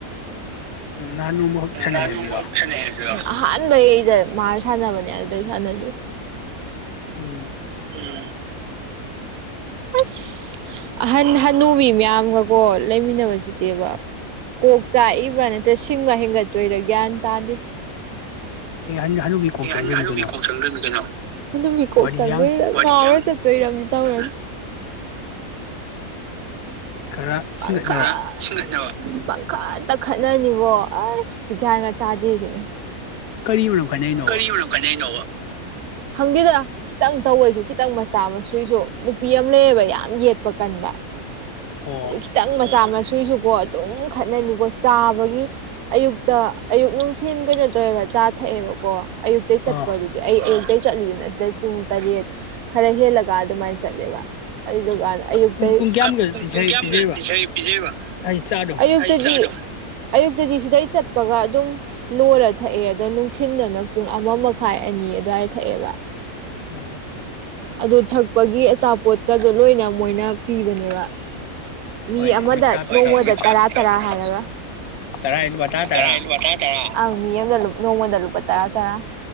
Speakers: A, on the left; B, on the right.
A: ꯎꯨꯝ ꯅꯍꯥꯟ ꯅꯣꯡꯃ ꯁꯥꯟꯅꯩ
B: ꯅꯍꯥꯟ
A: ꯍꯥꯏꯕꯗꯨꯔꯣ
B: ꯅꯣꯡꯃꯈꯛ ꯁꯥꯟꯅꯩ ꯍꯥꯏꯗꯨꯔꯣ ꯑꯍꯥꯟꯕꯩꯗ ꯃꯥꯒ ꯁꯥꯟꯅꯕꯅꯦ ꯑꯗꯨꯗꯩ ꯁꯥꯟꯅꯗ꯭ꯔꯤ
A: ꯎꯨꯝ
B: ꯎꯨꯝ ꯑꯁ ꯑꯍꯟ ꯍꯠ ꯅꯨꯕꯤ ꯃꯌꯥꯝꯒꯀꯣ ꯂꯩꯃꯤꯟꯅꯕꯁꯤꯗꯤꯕ ꯀꯣꯛ ꯆꯥꯛꯏꯕ꯭ꯔꯥ ꯅꯠꯇ꯭ꯔ ꯁꯤꯡꯕ ꯍꯦꯟꯒꯠꯇꯣꯏꯔꯥ ꯒ꯭ꯌꯥꯟ ꯇꯥꯗꯦ
A: ꯑꯦ ꯍꯟ ꯍꯅꯨꯕꯤ ꯀꯣꯛ
B: ꯑꯦ
A: ꯆꯪꯗꯣꯏꯅꯤ
B: ꯍꯟ ꯍꯅꯨꯕꯤ
A: ꯀꯩꯅꯣ
B: ꯀ‌ꯣꯛ ꯆꯪꯗꯨꯔꯤꯝꯅꯤ ꯀꯩꯅꯣ ꯍꯥꯅꯨꯕꯤ ꯀꯣꯛ
A: ꯋꯥꯔꯤꯌꯥꯡ
B: ꯆꯪꯗꯣꯏꯔ ꯉꯥꯎꯔ ꯆꯠꯇꯣꯏꯔ ꯑꯃꯗꯤ ꯇꯧꯔꯅꯤ
A: ꯈꯔ
B: ꯄꯪꯈꯠ
A: ꯁꯤꯡꯒꯠꯅꯕ
B: <unintelligible> ꯄꯪꯈꯠꯇ ꯈꯠꯅꯅꯤꯀꯣ ꯑꯥꯁ ꯒꯌꯥꯟꯒ ꯇꯥꯗ‌ꯦ ꯍꯥꯏꯖꯤꯅꯤ
A: ꯀꯔꯤ ꯃꯔꯝ ꯈꯠꯅꯩꯅꯣꯕ
B: ꯀꯔꯤ ꯃꯔꯝ ꯀꯥꯏꯅꯩꯅꯣꯕ ꯈꯪꯗ‌ꯦꯗ ꯈꯤꯇꯪ ꯇꯧꯕꯩꯁꯨ ꯈꯤꯇꯪ ꯃꯆꯥ ꯃꯁ‌ꯨꯒꯤꯁꯨ ꯅꯨꯄꯤ ꯑꯃ ꯂꯩꯌꯦꯕ ꯌꯥꯝ ꯌꯦꯠꯄ ꯀꯟꯕ
A: ꯑꯣ
B: ꯑꯗꯩ ꯈꯤꯇꯪ ꯃꯆꯥ ꯃꯁ‌ꯨꯒꯤꯁꯨꯀꯣ ꯑꯗꯨꯝ ꯈꯠꯅꯅꯤꯀꯣ ꯆꯥꯕꯒꯤ ꯑꯌꯨꯛꯇ ꯑꯌꯨꯛ ꯅꯨꯡꯊꯤꯟ ꯀꯩꯅꯣ ꯇꯧꯋꯦꯅ ꯆꯥ ꯊꯛꯑꯦꯕꯀꯣ ꯑꯌꯨꯛꯇꯩ ꯆꯠꯄꯗꯨꯗꯤ
A: ꯑꯥ
B: ꯑꯩ ꯑꯌꯨꯛꯇꯩ ꯆꯠꯂꯤꯗꯅ ꯁꯤꯗꯩ ꯄꯨꯡ ꯇꯔꯦꯠ ꯈꯔ ꯍꯦꯜꯂꯒ ꯑꯗꯨꯃꯥꯏ ꯆꯠꯂꯦꯕ ꯑꯗꯨ ꯗꯨꯀꯥꯟ ꯑꯌꯨꯛꯇꯩ
A: ꯄꯨꯡ ꯄꯨꯡ ꯀꯌꯥꯃꯨꯛꯀ
B: ꯀꯥ ꯄꯨꯡ
A: ꯄꯤꯖꯩ
B: ꯄꯨꯡ ꯀꯌꯥꯃꯨꯛ
A: ꯄꯤꯖꯩꯕ
B: ꯄꯤꯁꯩ ꯄꯤꯖꯩꯕ
A: ꯑꯩ ꯆꯥꯗꯣ
B: ꯑꯌꯨꯛ <unintelligible> ꯑꯌꯨꯛꯇꯗꯤ ꯁꯤꯗꯩ ꯆꯠꯄꯒ ꯑꯗꯨꯝ ꯂꯣꯏꯔ ꯊꯛꯑꯦ ꯑꯗꯣ ꯅꯨꯡꯊꯤꯟꯗꯅ ꯄꯨꯡ ꯑꯃ ꯃꯈꯥꯏ ꯑꯅꯤ ꯑꯗꯨꯋꯥꯏꯗ ꯊꯛꯑꯦꯕ
A: ꯎꯝ
B: ꯑꯗꯨ ꯊꯛꯄꯒꯤ ꯑꯆꯥꯄꯣꯠꯀꯗꯣ ꯂꯣꯏꯅ ꯃꯣꯏꯅ ꯄꯤꯕꯅꯦꯕ ꯃꯤ
A: ꯍꯣꯏꯅꯦ
B: ꯑꯃꯗ
A: ꯃꯣꯏ ꯆꯥ ꯄꯤꯛꯑꯃꯤꯅ
B: ꯅꯣꯡꯃꯗ ꯇꯔꯥ ꯇꯔꯥ ꯍꯥꯏꯔꯒ
A: ꯇꯔꯥ ꯂꯨꯄꯥ ꯇꯔꯥ ꯇꯔꯥ
B: ꯇꯔꯥꯍꯥꯏ ꯂꯨꯄꯥ ꯇꯥꯔ ꯇꯔꯥ ꯑꯪ ꯃꯤ ꯑꯃꯗ ꯅꯣꯡꯃꯥꯗ ꯂꯨꯄꯥ ꯇꯔꯥ ꯇꯔꯥ